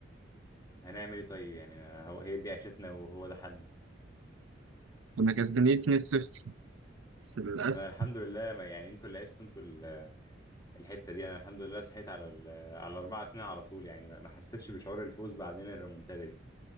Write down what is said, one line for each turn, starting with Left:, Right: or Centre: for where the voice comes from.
Left: هنعمل ايه طيب يعني ما هو هي دي عيشتنا وهو ده حالنا
Right: كنا كسبانين 2-0 بس للاسف
Left: انا الحمد لله ما يعني انتوا اللي عشتوا انتوا ال- الحته دي انا الحمد لله صحيت على ال على 4 2 على طول يعني ما ما حسيتش بشعور الفوز بعدين الريمونتادا دي